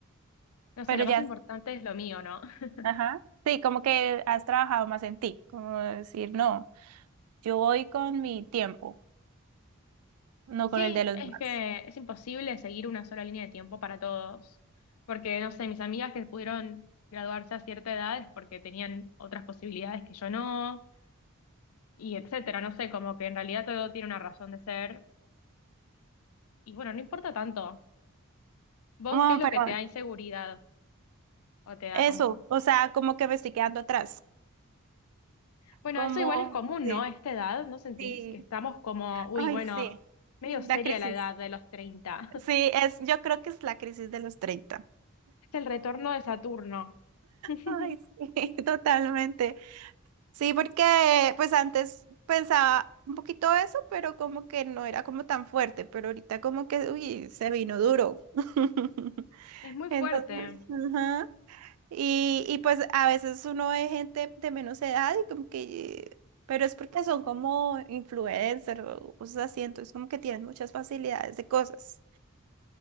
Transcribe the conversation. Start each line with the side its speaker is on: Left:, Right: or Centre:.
Left: no sé,
Right: Pero
Left: lo más
Right: ya,
Left: importante es lo mío, ¿no? <laughs>
Right: ajá. Sí, como que has trabajado más en ti, como decir, no, yo voy con mi tiempo, no
Left: Sí,
Right: con el de los
Left: es
Right: demás.
Left: que es imposible seguir una sola línea de tiempo para todos, porque no sé, mis amigas que pudieron graduarse a cierta edad es porque tenían otras posibilidades que yo no, y etcétera, no sé, como que en realidad todo tiene una razón de ser, y bueno, no importa tanto. ¿Vos
Right: No,
Left: qué es lo
Right: pero
Left: que te da inseguridad o te da
Right: eso,
Left: como...
Right: o sea, como que me estoy quedando atrás.
Left: Bueno,
Right: Como,
Left: eso igual es común,
Right: sí,
Left: ¿no? A esta edad, ¿no sentís?
Right: sí.
Left: Que estamos como, uy,
Right: Ay,
Left: bueno,
Right: sí.
Left: medio
Right: La
Left: seria
Right: crisis.
Left: la edad de los 30. <laughs>
Right: Sí, es, yo creo que es la crisis de los 30.
Left: Es el retorno de Saturno. <laughs>
Right: Ay, sí, <laughs> totalmente. Sí, porque pues antes pensaba un poquito eso, pero como que no era como tan fuerte, pero ahorita como que, uy, se vino duro. <laughs>
Left: Es muy
Right: Entonces,
Left: fuerte.
Right: ajá. Y, y pues a veces uno ve gente de menos edad y como que, pero es porque son como influencers o cosas así, entonces como que tienen muchas facilidades de cosas.